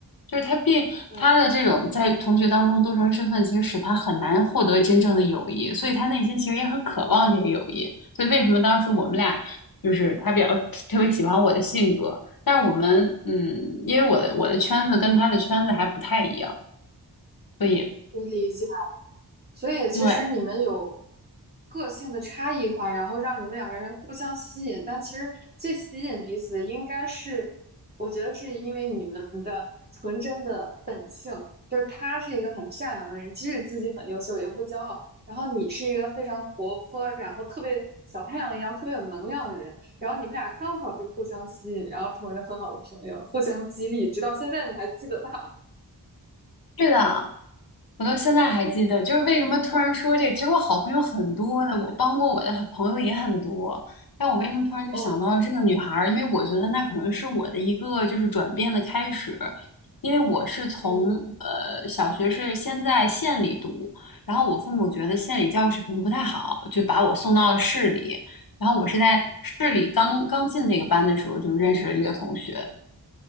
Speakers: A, on the left (about 55°); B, on the right (about 25°).
A: 就是他并他的这种在同学当中多重身份，
B: 对，
A: 其实使他很难获得真正的友谊，所以他内心其实也很渴望这个友谊。所以为什么当时我们俩就是他比较特别喜欢我的性格，但是我们，嗯，因为我的我的圈子跟他的圈子还不太一样，所以
B: 我理解。所以其实你们有
A: 对，
B: 个性的差异化，然后让你们两个人互相吸引，但其实最吸引彼此的应该是，我觉得是因为你们的纯真的本性，就是他是一个很善良的人，即使自己很优秀也不骄傲，然后你是一个非常活泼，然后特别小太阳一样特别有能量的人，然后你们俩刚好就互相吸引，然后成为了很好的朋友，互相激励，直到现在你还记得他。
A: 是的，我到现在还记得，
B: <laughs>
A: 就是为什么突然说这个？其实我好朋友很多的，我帮过我的朋友也很多，但我为什么突然就想到了这个女孩儿？
B: 哦，
A: 因为我觉得那可能是我的一个就是转变的开始，因为我是从呃小学是先在县里读，
B: 嗯，
A: 然后我父母觉得县里教育水平不太好，就把我送到了市里，然后我是在市里刚刚进这个班的时候就认识了这个同学，